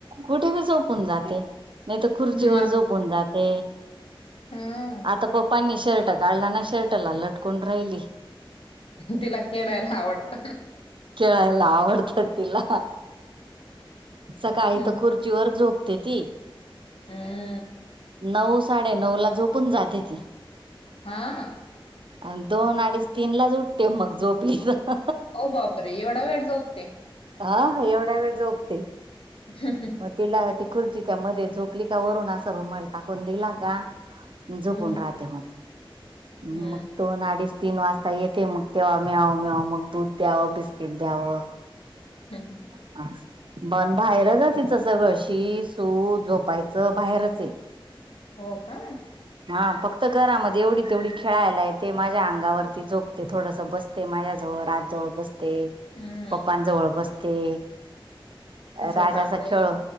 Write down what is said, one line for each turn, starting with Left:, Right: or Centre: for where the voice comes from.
Right: कुठे पण झोपून जाते, नाही तर खुर्चीवर
Left: म
Right: झोपून जाते.
Left: ह
Right: आता पप्पांनी शर्ट काढला ना, शर्टला लटकून राहिली.
Left: तिला खेळायला आवडत
Right: खेळायला आवडत तिला. सकाळी
Left: हम्म
Right: तर खुर्चीवर झोपते ती.
Left: हम <unintelligible>
Right: नऊ- साडे नऊला झोपून जाते ती.
Left: हा.
Right: आणि दोन, अडीच, तीन, लाच उठते मग झोपली त.
Left: ओ बाप रे, एवढा वेळ झोपते?
Right: हा एवढ्या वेळ झोपते.
Left: ह, ह
Right: मग तिला ती खुर्चीच्या मध्ये झोपली का वरून असा रुमाल टाकून दिला का जोपून
Left: हम्म
Right: राहते मग,
Left: हम्म,
Right: दोन, अडीच तीन वाजता येते मग तेव्हा म्याव -म्याव मग दूध द्यावं, बिस्किट द्यावं
Left: हम, हम,
Right: असं, बन बाहेरच तिचं सगळ शी, सू, झोपायचं बाहेरच आहे.
Left: हो का?
Right: हा फक्त घरामध्ये एवढी -तेवढी खेळायला येते. माझ्या अंगावरती जोपते थोडस बसते. ते माझ्याजवळ, राजजवळ, बसते
Left: हम्म,
Right: पप्पांजवळ बसते.
Left: तसा
Right: राजा
Left: चांगला
Right: अस खेळ,
Left: आहे बघ.